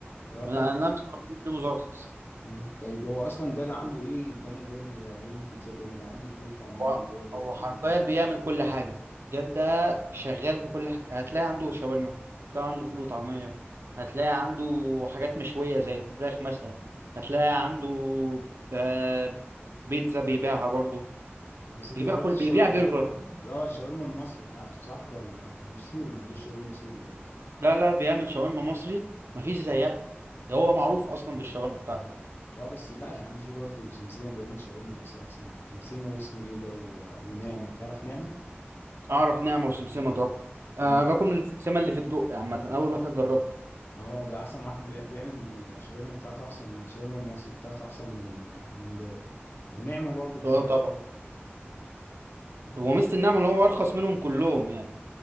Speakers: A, on the left (about 55°); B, on the right (about 70°).
A: اه
B: انا
A: طبعا
B: أنا مستغرب إن بريموس ارخص
A: مم. طيب هو اصلا جاد عنده ايه تاني غير غير البيتزا بيعمل عنده فول وطعميه
B: هو
A: بالواجب
B: هو
A: حلوين
B: حرفيا
A: برضه.
B: بيعمل كل حاجة جد ده شغال في كل حاجة هتلاقي عنده شاورما هتلاقي عنده فول وطعمية هتلاقي عنده حاجات مشوية زي الفراخ مثلا
A: مم.
B: هتلاقي عنده آه، بيتزا بيبيعها برضو
A: بس انت
B: بيبيع
A: جربت
B: كل
A: الشو...
B: بيبيع
A: جربت
B: برجر
A: اه الشاورما المصري بتاعته صح ولا مش سوري ما عندوش شاورما سوري هو
B: لا لا بيعمل شاورما مصري مفيش زيها ده هو معروف أصلا بالشاورما بتاعته
A: اه بس لا يا عم في برضه سمسمه بيعمل شاورما مصري احسن منه. سمسمه واسمه ايه ده و... ونعمه تعرف نعمه
B: أعرف نعمة وسمسمة طبعا أه
A: هم
B: باكل من السمسمة اللي في الدق عامة أول واحد جربته
A: اه ده احسن واحد بي- بيعمل الشاورما بتاعته احسن من الشاورما المصري بتاعته احسن من ال... من جاد ونعمه برضه بتعملها
B: اه طبعا
A: حلو
B: هو ميزة النعمة إن هو أرخص منهم كلهم يعني